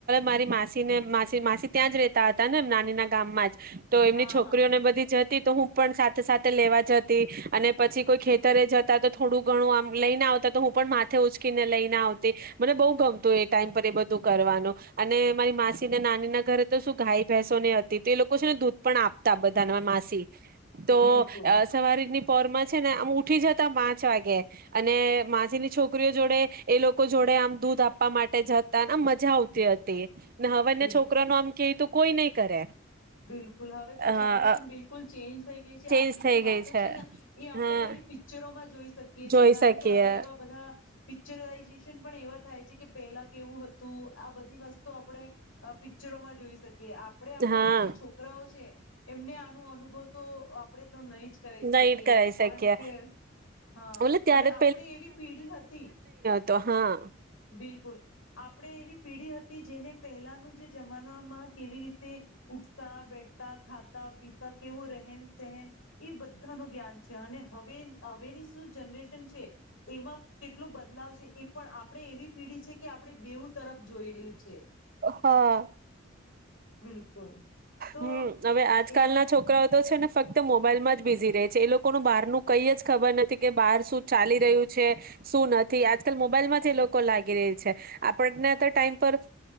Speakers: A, on the right; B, on the left.
A: મારી માસી ને મા માસી ત્યાં જ રેતા હતા ને નાનીના ગામમાં જ. તો એમની
B: હા
A: છોકરીઓને
B: હા
A: બધી જ હતી તો હું પણ સા ત સાથે લેવા જતી અને પછી કોઈ ખેતરે જતા તો થોડું ઘણું આમ લઈને આવતા તો હું પણ માથે ઉચકીને લઈને આવતી. મને બહુ ગમતું એ ટાઈમ પર એ બધું કરવાનું અને મારી માસી ને નાની ના ઘરે તો શું ગાઈ ભેસો નહી હતી તે લોક કો છે ને દૂધ પણ આપતા બધા માસી તો
B: બિલકુલ
A: અ સવારીની પોરમાં છે ને અમ ઉઠી જતા પાંચ વાગે. અને માસીની છોકરીઓ જોડે એ લોકો જોડે આમ દૂધ આપવા માટે જ હતા ને આમ મજા આવતી હતી. ને હવે
B: બિલકુલ
A: ના છોકરા નું આમ કે તું કોઈ નહી કરે.
B: બિલકુલ હવે તો
A: અ
B: જનરેશન બિલકુલ ચેન્જ થઈ ગઈ છે. આપણી
A: ચેન્જ થઈ
B: જે વાતો
A: ગઈ
B: છે ને એ આપડણે
A: હા
B: ખાલી પિક્ચરોમાં જોઈ શક. કે
A: જોઈ
B: જે કારણ
A: શકીએ
B: કે હવે એવા બધા પિક્ચર <unintelligible> એવા થાય છે કે પેલા કેવું હતું આ બધી વસ્તુ અહ આપણે પિક્ચરોમાં જોઈ શકીએ, આપડે આપણા
A: હા
B: જે છોકરાઓ છે એમને આનો અનુભવ તો આ આપણે તો નહી જ કરાઈ શકીએ
A: નહી કરાઈ
B: કારણ
A: શકીએ
B: કે હા
A: ઓલે ત્યારે
B: અને આપણેે એવી પેઢી હતી
A: તો હા.
B: બિલકુલ આપણેે એવી પેઢી હતી જેને પહેલાનું જે જમાનામાં કેવી રીતે ઉઠતા, બેઠતા, ખાતા, પીતા, કેવો રહેન સહેન એ બધાનું જ્ઞાન છે અને હવે, હવેની શું જનરેશન શન છે એમાં કેટલો બદલાવ છે, એ પણ આપ આપણે એવી પીઢી છે કે આપણે બેઉ તરફ જોયેલું છે.
A: હા.
B: બિલકુલ તો
A: હમ્મ, હવે આજકાલ
B: એવું
A: ના છોકરાઓ તો છે ને ફક્ત મોબાઈલમાં જ બીઝી રહે છે. એ લોકોનું બહાર નું કંઈ જ ખબર નથી કે બહાર શું ચાલી રહ્યું છે, શું નથી, આજકાલ મોબાઈલ માં જ એ લોકો લાગી રહે છે. આપણને તો ટાઈમ પર